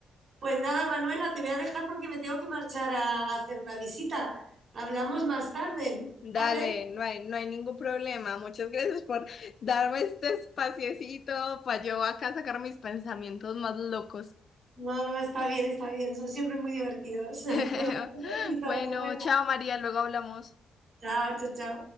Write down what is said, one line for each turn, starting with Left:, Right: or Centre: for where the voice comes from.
Right: Pues nada, Manuela, te voy a dejar porque me tengo que marchar a hacer una visita. Hablamos más tarde,
Left: Dale,
Right: ¿vale?
Left: no hay, no hay ningún problema. Muchas gracias por darme este espaciecito para yo acá sacar mis pensamientos más locos.
Right: No, no, está bien, está bien. Son siempre muy divertidos. <laughs>
Left: <laughs>
Right: Te mando un besito,
Left: Bueno,
Right: Manuela.
Left: chao María, luego hablamos.
Right: Chao, chao, chao.